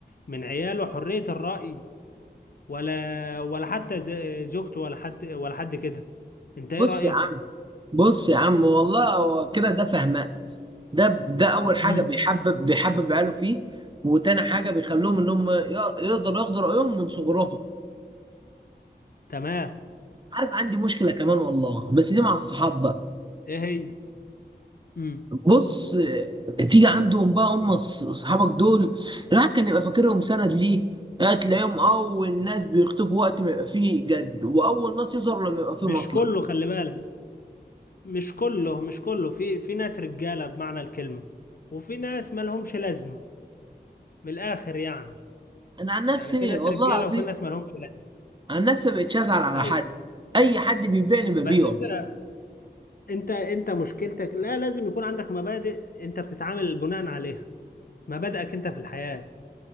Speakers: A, on the left; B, on the right.
A: من عياله حرية الرأي ولا ولا حتى ز- زوجته ولا حد ولا حد كده انت ايه
B: بص
A: رأيك
B: يا عم بص يا عم والله هو كده ده فهماء ده ده اول حاجه
A: امم
B: بيحبب بيحبب عياله فيه وتاني حاجه بيخلوهم انهم ي- يقدروا ياخدوا رايهم من صغرهم
A: تمام
B: عارف عندي مشكله كمان والله بس دي مع الصحاب بقى
A: ايه هي امم
B: بص آه، تيجي عندهم بقى هم الص- صحابك دول الواحد كان يبقى فاكرهم سند ليه آه، تلاقيهم اول ناس بيختفوا وقت ما يبقى فيه جد واول ناس يظهروا لما يبقى فيه
A: مش
B: مصلحه
A: كله خلي بالك مش كله مش كله في في ناس رجالة بمعنى الكلمة وفي ناس مالهمش لازمة من الآخر يعني
B: انا عن نفسي
A: يعني في ناس
B: والله
A: رجالة
B: العظيم
A: وفي ناس مالهمش لازمة
B: انا الناس ما بقتش ازعل على
A: أيوة
B: حد اي حد بيبيعني ببيعه
A: بس أنت أنت أنت مشكلتك لا لازم يكون عندك مبادئ أنت بتتعامل بناء عليها مبادئك أنت في الحياة